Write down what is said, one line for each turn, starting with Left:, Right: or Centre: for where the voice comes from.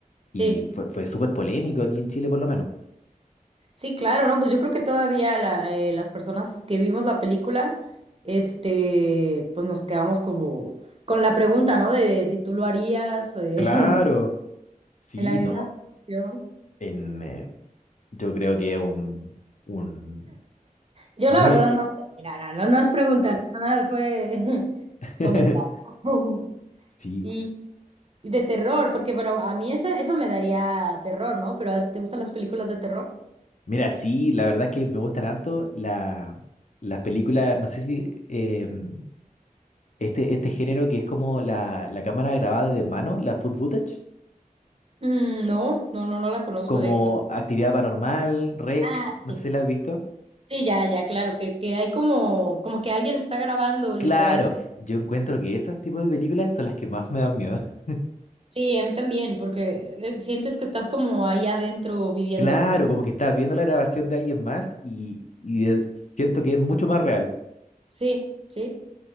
Right: Sí,
Left: Y fue, fue súper polémico aquí en Chile, por lo menos.
Right: sí, claro, ¿no? Pues yo creo que todavía la, eh, las personas que vimos la película, este, pues nos quedamos como con la pregunta, ¿no? De, si tú lo harías, o de-
Left: Claro,
Right: <laughs>
Left: sí,
Right: en la misma
Left: no,
Right: situación.
Left: en, eh, yo creo que es un, un
Right: Yo
Left: muy...
Right: la verdad no <laughs> sé, mira, no, no, no es preguntar, nada más fue <laughs>
Left: <laughs>
Right: comentar. <laughs>
Left: Sí,
Right: Y, y de terror, porque bueno, a mí esa- eso me daría terror, ¿no? Pero ¿te gustan las películas de terror?
Left: mira, sí, la verdad es que me gustan harto la, las películas, no sé si em, este, este género que es como la, la cámara grabada de mano, la food footage.
Right: Mm, no, no, no, no la conozco
Left: como
Right: de qué-
Left: Actividad Paranormal, REC,
Right: Ah,
Left: no
Right: sí.
Left: sé si la has visto.
Right: Sí, ya, ya, claro, que, que hay como, como que alguien está grabando, literalmente.
Left: Claro, yo encuentro que esos tipos de películas son las que más me dan miedo. <laughs>
Right: Sí, a mí también, porque eh, sientes que estás como ahí adentro viviéndolo,
Left: Claro,
Right: ¿no?
Left: como que estás viendo la grabación de alguien más y, y es- siento que es mucho más real.
Right: Sí, sí.